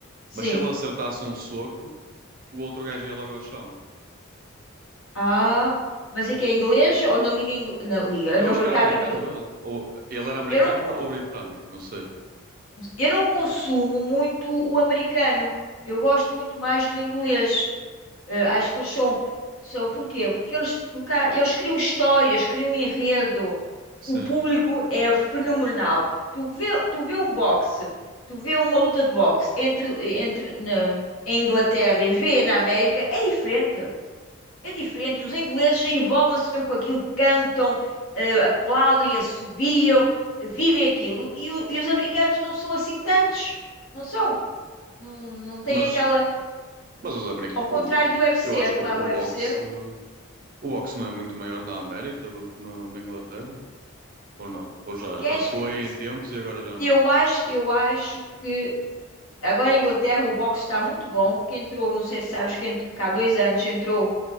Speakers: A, on the left; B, on the right.
A: sim.
B: mas se ele acertasse um soco, o outro gajo ia logo ao chão.
A: Ah, mas é que é inglês ou na liga, ingl- na liga,
B: Eu
A: no
B: acho
A: mercado
B: que era americano
A: inglês?
B: ele, ou ele era americano
A: Eu não, con-
B: ou, ou britânico, não sei.
A: eu não consumo muito o americano. Eu gosto muito mais do inglês. Eh, acho que eles são, são por quê? Porque eles, porque há- eles criam histórias, criam enredo.
B: Sim,
A: O público é fenomenal. Tu vê, tu vê um boxe, tu vê uma luta de boxe entre, entre na, em Inglaterra e vê na América, é diferente. É diferente. Os ingleses envolvem-se mesmo com aquilo, cantam, eh, aplaudem, assobiam, vivem aquilo. E, o- e os americanos não são assim tantos. Não são. Não, não têm
B: mas,
A: aquela.
B: mas os americ
A: Ao contrário
B: o,
A: do UFC,
B: eu acho
A: claro,
B: que o,
A: o UFC.
B: o boxe, o boxe não é muito maior na América do que no- na Inglaterra, ou não? Ou
A: Se
B: já,
A: queres
B: já foi
A: que. se-
B: em tempos e agora já não.
A: Eu acho, eu acho que agora em Inglaterra o boxe está muito bom. Que entrou, não sei se sabes, que, entrou, que há dois anos entrou,